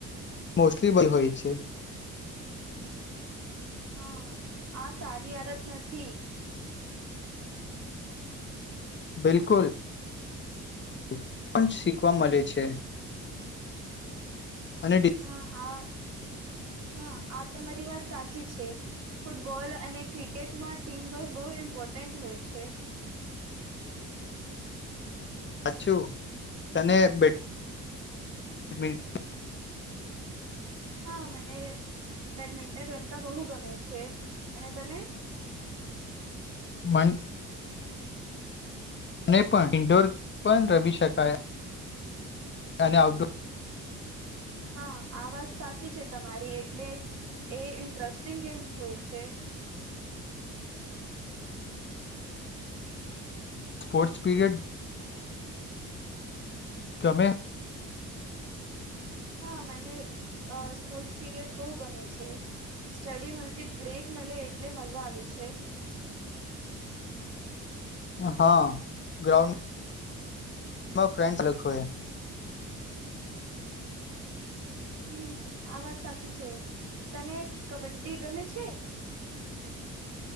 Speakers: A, on the left; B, on the right.
A: મોસ્ટલી બલ હોય છે.
B: હા, આ સારી આદત નથી.
A: બિલકુલ, પણ શીખવા મળે છે. અને
B: હા આ હા આ તમારી વાત સાચી છે ફૂટબોલ અને ક્રિકેટમાં ટીમવર્ક બહુ ઇમ્પોર્ટન્ટ હોય છે
A: સાછું તને બે હમી
B: હા મને બેડમિન્ટન રમતા બહુ ગમે છે અને તમે
A: મન અને પણ ઇન્ડોર પણ રમી શકાય અને આઉટડોર
B: હા આ વાત સાચી છે તમારી એટલે એ ઇન્ટરેસ્ટિંગ ગેમ હોય છે
A: સ્પોર્ટ્સ પીરિયડ ગમે
B: હા મને અ સ્પોર્ટ્સ પીરિયડ બહુ ગમે છે સ્ટડીમાંથી બ્રેક મલે એટલે મજા આવે છે
A: હા ગ્રાઉન્ડ મા ફ્રેન્ડ્સ લખ્યા
B: હમ આ વાત સાચી છે તને કબડ્ડી ગમે છે